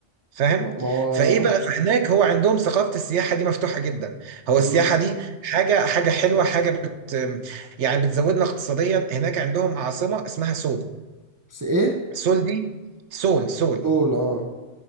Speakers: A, on the right; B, on the right.
A: فاهم
B: ما هو
A: فايه بقى فهناك هو عندهم ثقافة السياحة دي مفتوحة جدا هو السياحة
B: امم
A: دي حاجة حاجة حلوة حاجة بت يعني بتزودنا اقتصاديا هناك عندهم عاصمة اسمها سول
B: بس ايه
A: سول دي سول سول
B: طول اه